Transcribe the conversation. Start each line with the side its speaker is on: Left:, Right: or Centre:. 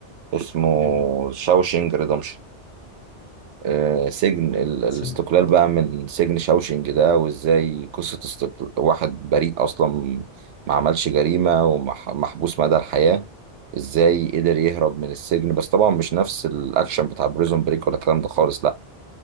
Right: اسمه
Left: أيوة،
Right: شاوشينج ريدمشن آه، سجن ال- الاستقلال
Left: سمعت برضه.
Right: بقى من سجن شاوشينج ده وازاي قصه استقل... واحد بريء اصلا ما عملش جريمه ومحبوس مدى الحياه ازاي قدر يهرب من السجن بس طبعا مش نفس الاكشن بتاع بريزون بريك ولا الكلام ده خالص لا